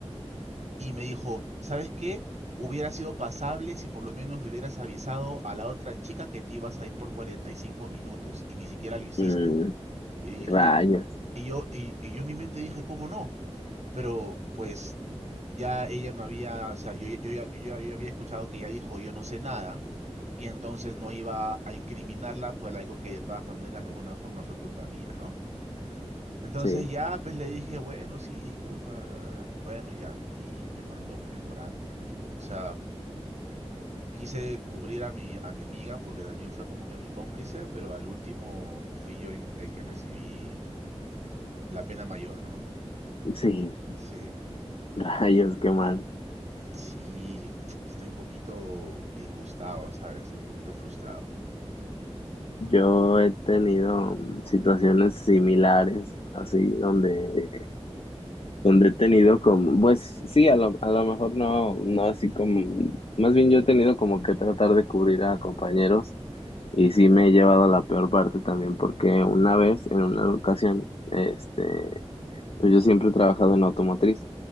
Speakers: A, on the right; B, on the left.
A: y me dijo, ¿sabes qué? Hubiera sido pasable si por lo menos le hubieras avisado a la otra chica que te ibas a ir por 45 minutos y ni siquiera lo hiciste.
B: mm,
A: Y yo dije,
B: rayos,
A: y yo, y, y yo en mi mente dije, ¿cómo no? Pero pues ya ella me había, o sea, yo, ya- yo, ya- yo, ya- yo ya había escuchado que ella dijo yo no sé nada y entonces no iba a incriminarla por algo que de todas maneras de alguna forma fue culpa mía, ¿no? Entonces
B: sí,
A: ya pues le dije, bueno, sí, disculpa, bla, bla, bla". Bueno, ya, y me mandó mi memorándum, amigo. O sea, quise cubrir a mi, a mi amiga porque también fue como que mi cómplice, pero al último fui yo el, el que recibí la pena mayor, ¿no?
B: sí,
A: Sí.
B: <laughs> rayos, qué mal.
A: Sí, estoy un poquito disgustado, ¿sabes? Estoy un poquito frustrado.
B: Yo he tenido mm, situaciones similares, así, donde Son detenidos como, pues sí, a lo, a lo mejor no, no así como, más bien yo he tenido como que tratar de cubrir a compañeros y sí me he llevado a la peor parte también porque una vez, en una ocasión, este, pues yo siempre he trabajado en automotriz,